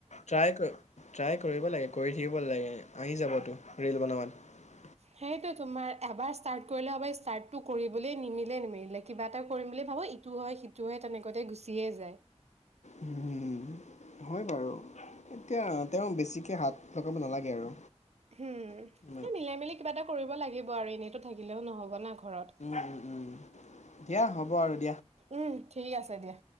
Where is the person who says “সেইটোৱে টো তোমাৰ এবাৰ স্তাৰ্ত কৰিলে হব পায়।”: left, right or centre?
Right